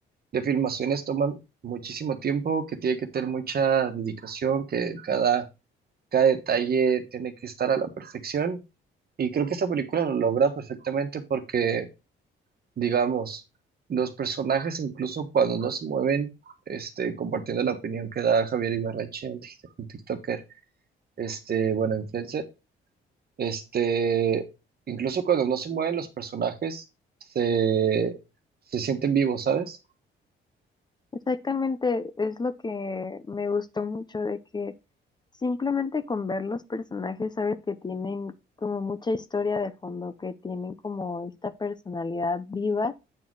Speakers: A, on the right; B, on the left.
A: de filmaciones toman muchísimo tiempo, que tiene que tener mucha dedicación, que cada, cada detalle tiene que estar a la perfección. Y creo que esta película lo logra perfectamente porque, digamos, los personajes, incluso cuando no se mueven, este, compartiendo la opinión que da Javier Ibarreche, un tik- un TikToker, este, bueno, influencer, este, incluso cuando no se mueven los personajes, se, se sienten vivos, ¿sabes?
B: Exactamente, es lo que me gustó mucho de que... Simplemente con ver los personajes sabes que tienen como mucha historia de fondo, que tienen como esta personalidad viva,